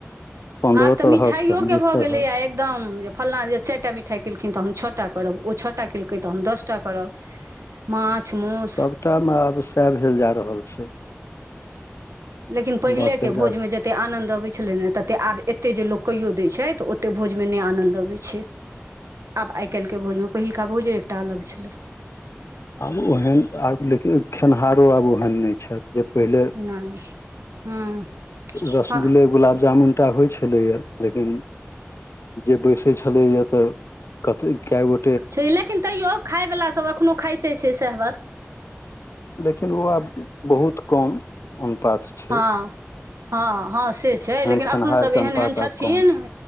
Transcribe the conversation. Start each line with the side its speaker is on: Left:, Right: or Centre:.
Left: पन्द्रह
Right: आब तऽ
Left: तरहक
Right: मिठाइय
Left: तऽ हम
Right: के
Left: बीस
Right: भऽ
Left: तरहक
Right: गेलैए एकदम जे फल्लाँ जे चारि टा मिठाई केलखिन तऽ हम छो टा करब ओ छो टा केलकै तऽ हम दसटा करब माछ माउस
Left: सभटा मे आब सएह भेल जा रहल छै
Right: लेकिन पहिले
Left: बढ़ते
Right: के भोजमे
Left: जा
Right: जते ततेक आनंन्द अबैत छलै ने ततेक आब एतेक जे लोक कहियो दैत छै तऽ ओतेक भोजमे नहि आनंद अबैत छै आब आए काइल के भोजमे पहिलका भोजे एकटा अलग छलै
Left: आब ओहेन आब लेकिन खेनिहारो आब ओहन न छैथ जे पहिले
Right: नहि हँ
Left: रसगुल्ले
Right: हँ
Left: गुलाब जामुन टा होइ छलैए लेकिन जे बैसे छले या तऽ कते कै गो
Right: छै लेकिन तइयों खाय वाला सभ एखनहु खाइते छै सेहा बत
Left: लेकिन बौआ बहुत कम <unintelligible>
Right: हँ हँ हँ से छै
Left: एहन
Right: लेकिन
Left: खेनिहारके
Right: एखनो सब एहन
Left: अनुपात
Right: एहन छथिन
Left: आब कम छै